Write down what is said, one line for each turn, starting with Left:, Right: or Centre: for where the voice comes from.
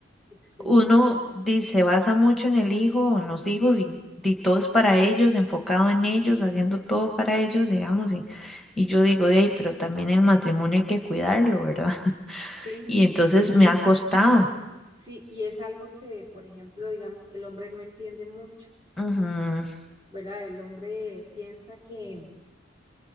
Right: Sí,
Centre: uno di- se basa mucho en el hijo, o en los hijos y, di todo es para ellos, enfocado en ellos, haciendo todo para ellos, digamos, y, y yo digo, de ahí, pero también el matrimonio hay que cuidarlo, ¿verdad? <laughs>
Right: sí.
Centre: Y entonces
Right: Y
Centre: me ha costado.
Right: sí, y es algo que, por ejemplo, digamos, el hombre no entiende mucho,
Centre: Ujú, <laughs>
Right: ¿verdad? El hombre piensa que,